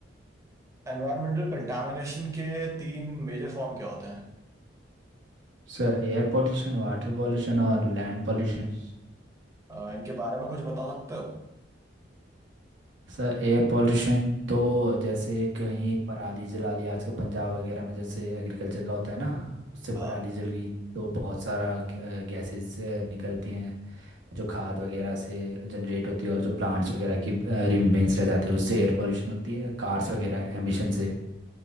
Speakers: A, on the right; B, on the right.
A: एनवायरमेंटल कंटामिनेशन के तीन मेजर फॉर्म क्या होते हैं
B: Sir air pollution water pollution और land pollution
A: अह, इनके बारे में कुछ बता सकते हो
B: Sir air pollution तो जैसे कहीं पराली जला लिया आजकल पंजाब वगैरह में जैसे एग्रीकल्चर का होता है ना उससे
A: हाँ
B: पराली जल गई तो बहुत सारा गैसेस निकलती हैं जो खाद वगैरह से जनरेट होती है और जो प्लांट्स वगैरह की रिमेन्स रह जाते हैं उससे एयर पोल्यूशन होती है कार्स वगैरह एमिशन से